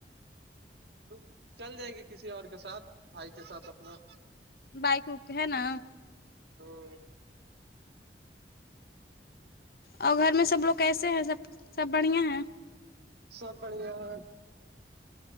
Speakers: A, on the right (about 70°); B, on the left (about 55°).
A: تو چل جائے گی کسی اور کے ساتھ بھائی کے ساتھ اپنا
B: بائکک ہے نا
A: ہ
B: اور گھر میں سب لوگ کیسے ہیں سب سب بڑھیا ہیں
A: سب بڑھیا ہے